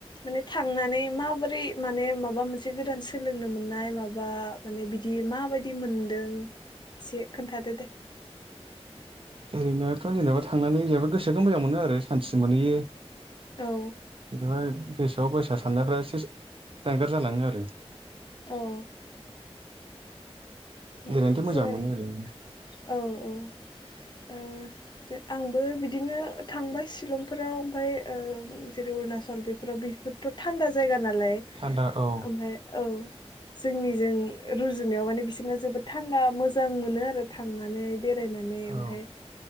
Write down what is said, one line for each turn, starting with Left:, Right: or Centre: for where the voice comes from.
Left: माने थांनानै माबोरै माने माबा मोनसे गोदान सोलोंनो मोननाय माबा माने बिदि माबायदि मोनदों एसे खोन्थादो दे
Right: ओरैनोथ' जेनेबा थांनानै जेनेबा गोसोखौ मोजां मोनो आरो सान्थि मोनहैयो
Left: औ
Right: <unintelligible> गोसोआव <unintelligible> साननायफ्रा एसे जानगार जालाङो आरो
Left: औ उम
Right: ओरैनोथ'
Left: जेनेबा
Right: मोजां मोनो ओरैनो
Left: औ औ ओ आंबो बिदिनो थांबाय शिलंफोराव ओमफ्राय जेरै अरुणाचल बेफोराव बेफोरथ' थान्दा जायगा ना लाय
Right: थान्दा औ
Left: ओमफ्राय औ जोंनिजों रुजुनायाव माने बिसोरना जोबोद थान्दा मोजां मोनो आरो थांनानै बे नानै ओमफाय
Right: औ